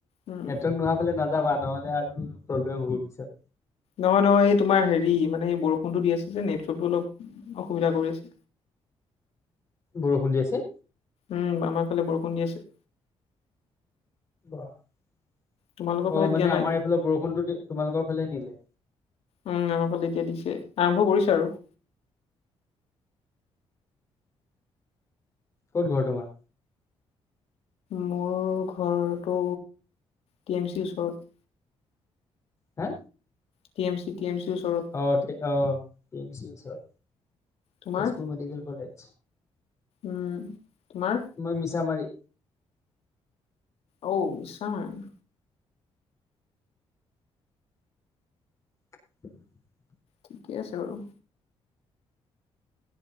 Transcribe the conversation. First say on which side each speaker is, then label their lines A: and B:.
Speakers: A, on the left (about 70°); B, on the left (about 30°).
A: উম
B: নেটৱৰ্ক নোহোৱা ফাললে নাযাবা, নহ'লে আৰু প্ৰব্লেম হ'ব পিছত।
A: নহয় নহয় এই তোমাৰ হেৰি মানে এই বৰষুণটো দি আছে যে নেটৱৰ্কটো অলপ অসুবিধা কৰি আছে।
B: বৰষুণ দি আছে?
A: উম আমাৰ ফালে বৰষুণ দি আছে।
B: অ
A: তোমালোকৰ ফালে
B: মানে
A: দিয়া নাই
B: আমাৰ এইফালে বৰষুণতটো তোমালোকৰ ফালে নিলে
A: উম আমাৰ ফালে এতিয়া দিছে আৰম্ভ কৰিছে আৰু
B: ক'ত ঘৰ তোমাৰ
A: মোৰ ঘৰটো টি এম চিৰ ওচৰত
B: হা
A: T M C T M চিৰ ওচৰত
B: অ অ টি এম চি ওচৰত
A: তোমাৰ
B: তেজপুৰ মেডিকেল কলেজ
A: উম তোমাৰ
B: মই মিছা মাৰি
A: অও মিছা মাৰি
B: <unintelligible>
A: ঠিকে আছে বাৰু